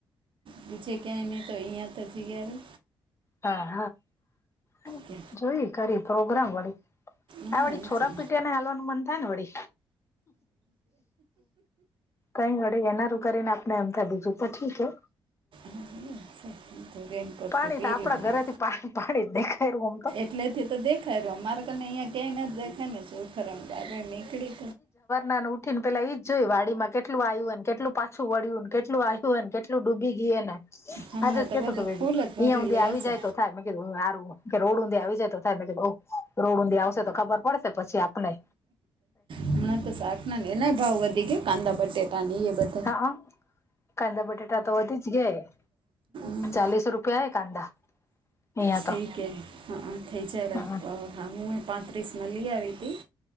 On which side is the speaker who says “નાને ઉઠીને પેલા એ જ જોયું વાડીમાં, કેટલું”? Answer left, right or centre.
Left